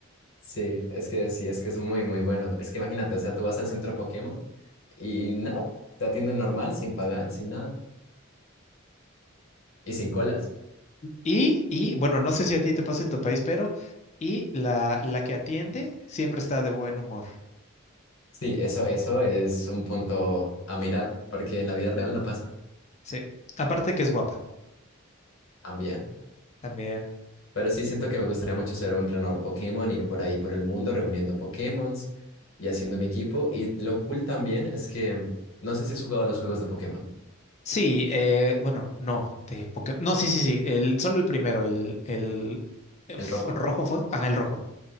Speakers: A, on the left; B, on the left.
A: Sí, es que sí, es que es muy, muy bueno. Es que imagínate, o sea, tú vas al centro Pokémon y nada, te atienden normal, sin pagar, sin nada y sin colas.
B: Y, y bueno, no sé si a ti te pasa en tu país, pero y la, la que atiende siempre está de buen humor.
A: Sí, eso, eso es un punto a mirar, porque en la vida real no pasa
B: Sí. Aparte que es guapa
A: también.
B: también.
A: Pero sí siento que me gustaría mucho ser un entrenador Pokémon, ir por ahí por el mundo reuniendo Pokémons y haciendo mi equipo. Y lo cool también es que mm, no sé si has jugado a los juegos de Pokémon.
B: Sí, eh, bueno, no, de Pokémon. No, sí, sí, sí, el, solo el primero, el, el eh,
A: ¿El
B: f-
A: rojo?
B: rojo fue. Ajá, el rojo.